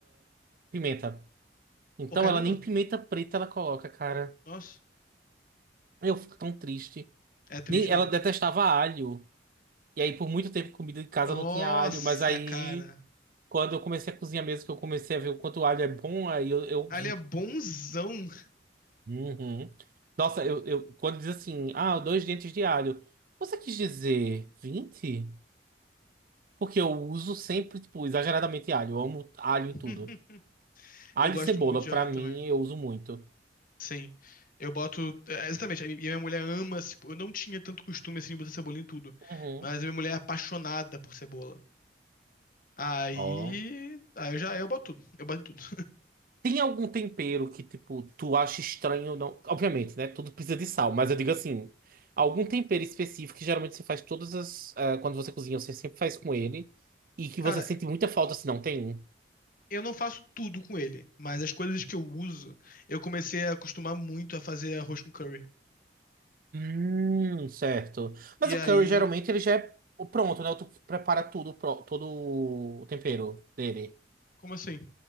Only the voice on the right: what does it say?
pimenta. Então
ela
nem pimenta preta ela coloca, cara.
Eu fico tão triste.
Nem, ela
detestava alho. E aí, por muito tempo, comida de casa
não tinha alho. Mas aí,
quando eu comecei a cozinhar mesmo, que eu comecei a ver o quanto o alho é bom, aí eu. eu-
Uhum. Nossa, eu, eu- quando diz assim, ah, dois dentes de alho. Você quis dizer vinte Porque eu uso sempre, tipo, exageradamente alho. Eu amo alho
em tudo. Alho
e cebola,
pra
mim,
eu uso muito.
Uhum.
Ó.
Tem algum tempero que, tipo, tu acha estranho? Não... Obviamente, né? Tudo precisa de sal, mas eu digo assim: algum tempero específico que geralmente você faz todas as. ah, quando você cozinha, você sempre faz com ele. E que
você sente muita falta se não tem. um?
Hum, certo. Mas
o
curry, geralmente, ele já é o pronto, né? Tu prepara tudo, pro- todo o tempero dele.